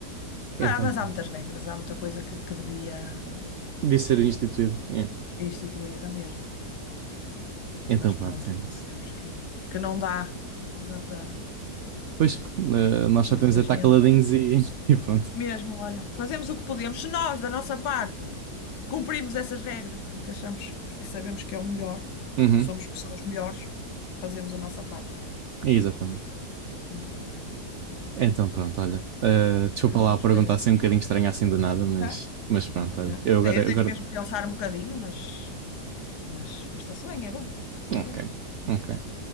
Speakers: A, on the right; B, on the left.
A: Então,
B: Ah, Mas
A: pronto.
B: há muitas regras, há muita coisa que, que devia
A: disse ser instituído, yeah.
B: instituída mesmo.
A: Então
B: Mas
A: pronto,
B: pronto,
A: é
B: já
A: isso.
B: sabemos que, que não dá, não dá para
A: Pois, eh, nós só
B: Infelizmente.
A: temos de estar caladinhos e, <laughs> e pronto.
B: Mesmo, olha, fazemos o que podemos. Se nós, da nossa parte, cumprimos essas regras porque achamos, porque sabemos que é o melhor,
A: Uhum,
B: somos pessoas melhores, fazemos a nossa parte,
A: exatamente.
B: não é?
A: Então pronto, olha. eh, desculpa
B: Foi bom,
A: lá
B: espero.
A: perguntar assim um bocadinho estranho assim do nada, mas,
B: Não?
A: mas pronto,
B: É.
A: olha. Eu
B: Daí
A: agora, agora.
B: fez-me pensar um bocadinho, mas, mas, mas está-se bem, é bom. Eu
A: Ok,
B: gosto.
A: ok.